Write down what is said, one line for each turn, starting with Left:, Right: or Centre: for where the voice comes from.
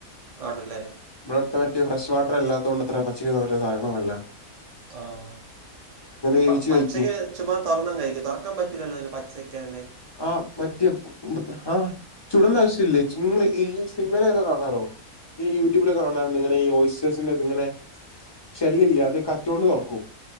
Right: ആണല്ലേ
Left: ഭടെ അടുത്തെ മറ്റെ ഫ്രഷ് വാട്ടറല്ലാത്തോണ്ടത്ര പച്ചിക <unintelligible> സാനങ്ങള് നോല്ല
Right: ആഹ് തി
Left: വേവിച്ച്
Right: പ്പ പചെക്കേ
Left: കഴിക്കും
Right: ചുമ്മാ തുറന്നങ്ങ് കഴിക്ക് തുറക്കാൻ പറ്റൂലല്ലോ പച്ചക്കിഴങ്ങ്
Left: ആഹ് മറ്റ് ഉം ഉണ്ട് പ്പ ആഹ് ചുടണ്ട ആവശ്യം ഇല്ലേ ചുംലെ ഏയ് സിനിമയിലെക്കെ കാണാറോ ഈ യൂട്യൂബില് കാണാറ്ണ്ട് ഇങ്ങനെ ഈ ഓയിസേസിന്റെ ഇത് ങ്ങനെ ശല്യല്ല ത് കത്യോണ്ട് തൊറക്കും.